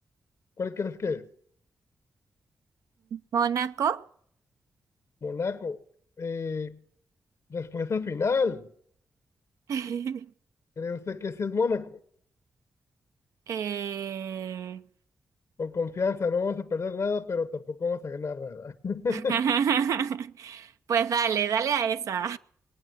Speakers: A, on the left (about 60°); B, on the right (about 75°).
A: ¿Cuál crees que es?
B: Mónaco.
A: Mónaco. Eh, respuesta final.
B: <laughs>
A: ¿Cree usted que sí es Mónaco?
B: Eh,
A: Con confianza, no vamos a perder nada, pero tampoco vamos a ganar nada. <laughs>
B: <laughs> Pues dale, dale a esa.